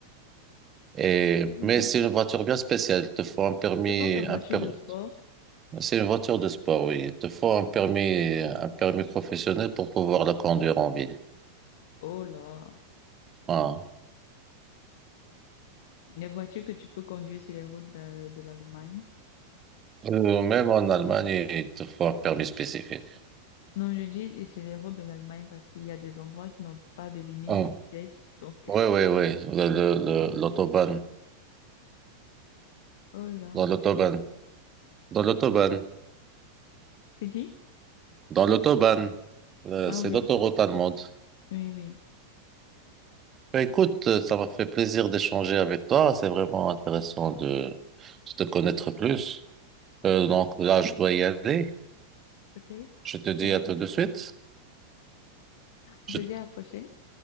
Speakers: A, on the right; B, on the left.
A: Et,
B: Oh là.
A: mais c'est une voiture bien spéciale. Il te faut un permis,
B: Ce sont des voitures
A: un per-
B: de sport.
A: c'est une voiture de sport, oui. Il te faut un permis, un permis professionnel pour pouvoir la conduire en ville.
B: Oh là.
A: Voilà.
B: les voitures que tu peux conduire sur les routes de, de l'Allemagne.
A: Euh, Même en Allemagne, il te faut un permis spécifique.
B: Non, je dis et sur les routes de l'Allemagne parce qu'il y a des endroits qui n'ont pas de limite
A: Oui,
B: de vitesse. Donc,
A: oui, oui. Le, le, le- L'autobahn.
B: <laughs> oh là.
A: Dans l'autobahn. Dans l'autobahn.
B: Tu dis?
A: Dans l'autobahn. Euh,
B: Ah
A: c'est
B: oui,
A: l'autoroute allemande.
B: oui, oui.
A: Bah, écoute, euh, ça m'a fait plaisir d'échanger avec toi. C'est vraiment intéressant de, de te connaître plus. Euh, donc là, je dois y aller.
B: OK.
A: Je te dis
B: Simple.
A: à tout de suite.
B: On se
A: Je-
B: dit à la prochaine.